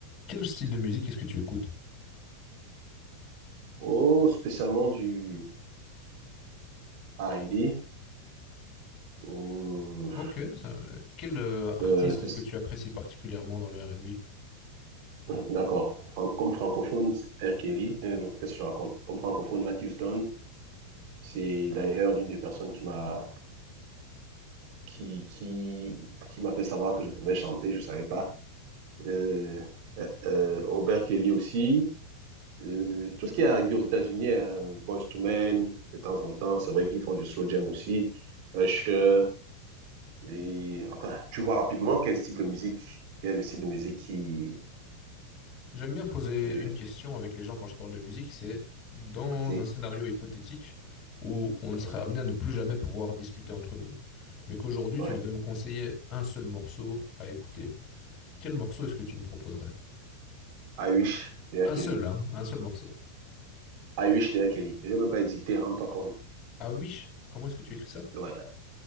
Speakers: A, on the left; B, on the right.
A: Quel style de musique est-ce que tu écoutes?
B: Oh, spécialement du R&B ou
A: Ok, ça- quel euh, artiste
B: euh, spéc-
A: est-ce que tu apprécies particulièrement dans le R&B?
B: d'accord. Fran- Comme francophone, R. Kelly. Euh, qu'est-ce que je raconte? Comme francophone, Matt Houston. C'est d'ailleurs l'une des personnes qui m'a qui qui qui m'a fait savoir que je pouvais chanter. Je ne savais pas. Euh, euh, euh, Robert Kelly aussi. Euh, tout ce qui est R&B aux États-Unis, euh, Boyz II Men, de temps en temps, c'est vrai qu'ils font du slow jam aussi. Euh, Usher. Et enfin, tu vois rapidement quel style de musique, quel est le style de musique qui.
A: J'aime bien poser
B: Euh,
A: une question avec les gens quand je parle de musique, c'est dans
B: c'est-
A: un scénario hypothétique où on serait
B: Mhm.
A: amené à ne plus jamais pouvoir discuter entre nous, mais qu'aujourd'hui
B: ouais.
A: tu devais me conseiller un seul morceau à écouter. Quel morceau est-ce que tu me proposerais?
B: I
A: Bon,
B: wish derrière
A: Un
B: Kelly.
A: seul, hein, un seul morceau.
B: I wish derrière Kelly. Je n'ai même pas hésité, rends-toi compte.
A: Ah, Wish, comment est-ce que tu écris ça?
B: Ouais.